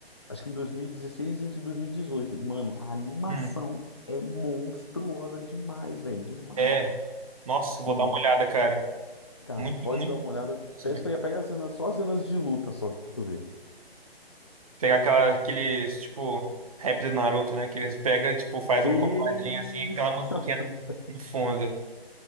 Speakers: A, on the left (about 25°); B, on the right (about 35°).
A: Acho que em 2016 entre 2018. E, dezoito. E, Mano, a animação
B: Hum,
A: é monstruosa demais, velho. Demais.
B: É. Nossa,
A: Sim,
B: vou dar uma olhada, cara.
A: cara,
B: Muito,
A: pode
B: muito.
A: dar uma olhada.
B: Isso,
A: Peço
B: mas-
A: pra pegar as cenas, só as cenas de luta só, pra tu ver.
B: Pegar aquela, aqueles, tipo, rap do Naruto, né? Que eles pegam, tipo, faz
A: E...
B: um compadinho assim, aquela musiquinha
A: <laughs>
B: no fundo.